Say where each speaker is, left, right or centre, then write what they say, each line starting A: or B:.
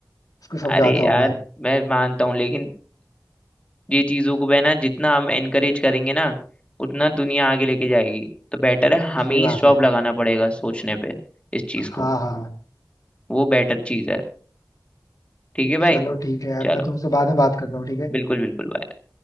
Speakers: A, on the left (about 55°); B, on the left (about 15°).
A: उसको समझाता
B: अरे यार
A: हूँ मैं
B: मैं मानता हूँ लेकिन ये चीजों को बहना जितना हम एनकरेज करेंगे ना उतना दुनिया आगे लेके जाएगी तो बेटर है हमें
A: सही
B: ही
A: बात
B: स्टॉप
A: है
B: लगाना पड़ेगा सोचने पे इस चीज
A: हाँ
B: को
A: हाँ
B: वो बेटर चीज है ठीक है भाई
A: चलो ठीक है यार
B: चलो
A: मैं तुमसे बाद में बात करता हूँ ठीक है
B: बिल्कुल बिल्कुल बाय